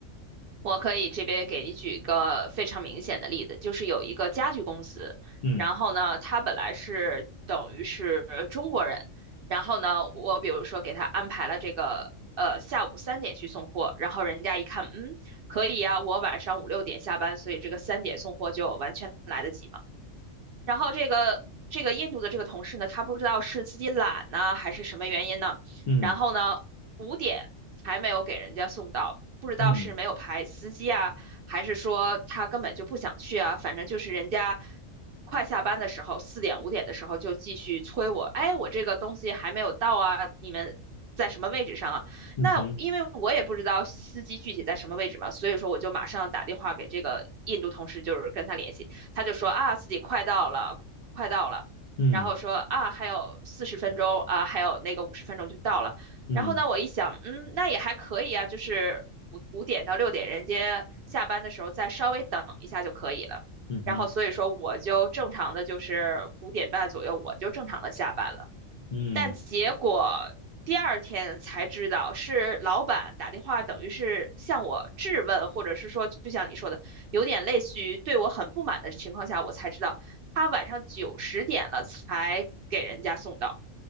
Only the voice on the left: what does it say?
嗯
嗯
嗯
嗯哼
嗯
嗯
嗯哼
嗯